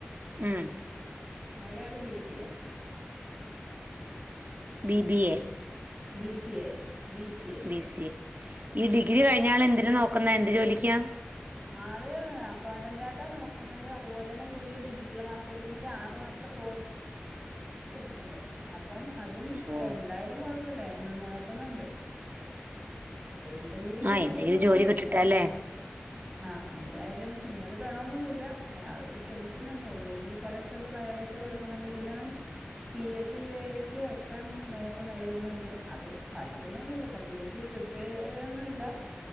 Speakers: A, on the right (about 50°); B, on the right (about 15°).
A: ഉം
B: എളയ ആള് B C A
A: B B A
B: B C A B C A
A: B C ഈ
B: ആ
A: ഡിഗ്രി കഴിഞ്ഞ ആള് എന്തിനാ നോക്കുന്നേ എന്ത് ജോലിക്ക?
B: ആള് അക്കൗണ്ടന്റ് ആയിട്ടാ നോക്കുന്നത്. അതുപോലെന്നെ പുള്ളി ഡിജിറ്റൽ മാർക്കറ്റിങ്ങിന്റെ ആറു മാസത്തെ കോ സ് എടുത്തിട്ടുണ്ട് അപ്പം അതും
A: ഓ
B: എ ന്തായാലും കുഴപ്പല്ല നോക്കുന്നുണ്ട്. എ എന്തെങ്കിലും
A: ആ
B: കിട്ടിക്കഴിഞ്ഞാലും
A: എന്തെങ്കിലും ജോലി
B: കൊഴപ്പല്ല.
A: കിട്ടിട്ടല്ലേ
B: ആഹ് എന്തായാലും ഇന്നത് വേണന്നൊന്നുമില്ല അവര് ശ്രമിക്കുന്നുണ്ട് എവിടെയെങ്കിലു കുറെ സ്ഥലത്ത് ബയോഡേറ്റാകൊടുക്കുന്നുണ്ട്. പിന്നെ അവൻ പി എസ് സിക്ക് എക്സാം നോക്കുന്ന എഴതുന്നുണ്ട് അത് പഠിക്കുന്നോന്നുല്ലട്ടോ പി എസ് സി പ്രി പ്പെ ഒന്നുല്ല